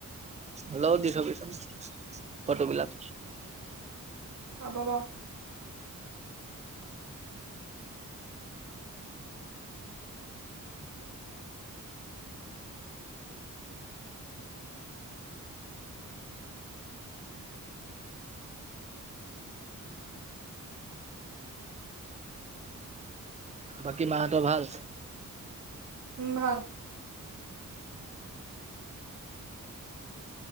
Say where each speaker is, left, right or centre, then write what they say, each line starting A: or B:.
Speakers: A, on the right; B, on the right.
A: হ'লেও দি থ'বিচোন ফটোবিলাক
B: হ'ব বাউ
A: বাকী মাহঁতৰ ভাল
B: উম! ভাল